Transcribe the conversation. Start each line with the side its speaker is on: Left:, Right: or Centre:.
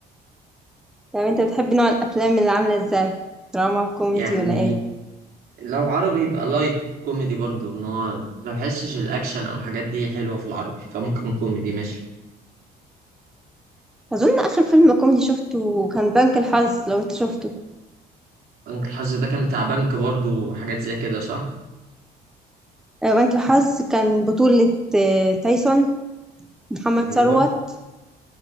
Centre: طب أنت بتحب نوع الأفلام اللي عاملة إزاي دراما كوميدي
Right: يعني
Centre: ولا إيه
Right: لو عربي يبقى لايت كوميدي برضو ان هو ما بحسش الاكشن او الحاجات دي حلوة في العربي فممكن كوميدي ماشي
Centre: أظن آخر فيلم كوميدي شفته كان بنك الحظ لو أنت شفته
Right: بنك الحظ ده كان بتاع بنك برضو حاجات زي كده صح
Centre: آه، بنك الحظ كان بطولة آه، تايسون محمد
Right: ايوه
Centre: ثروت